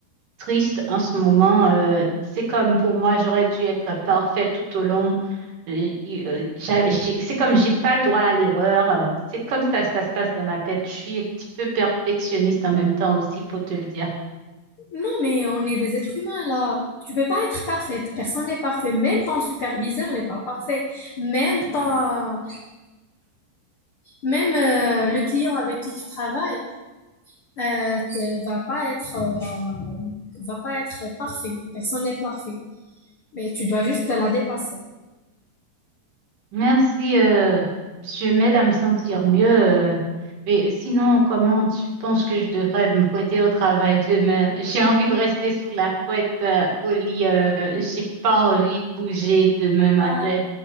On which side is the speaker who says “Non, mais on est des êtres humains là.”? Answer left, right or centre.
Left